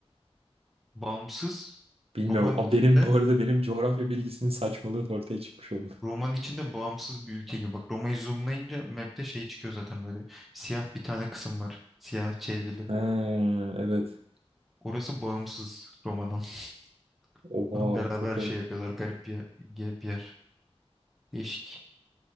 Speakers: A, in the centre; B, on the right.
A: Bağımsız
B: bilmiyorum.
A: Roma'nın içinde
B: A, benim bu arada benim coğrafya bilgisinin saçmalığı da ortaya çıkmış oldu.
A: Roma'nın içinde bağımsız bir ülke gibi. Bak Roma'yı zoomlayınca map'te şey çıkıyor zaten böyle. Siyah bir tane kısım var. Siyah çevrili.
B: Ha, evet.
A: Orası bağımsız Roma'dan. <laughs>
B: Oha
A: Ama beraber
B: çok garip.
A: şey yapıyorlar. Garip bir yer. ge- Bir yer. Değişik.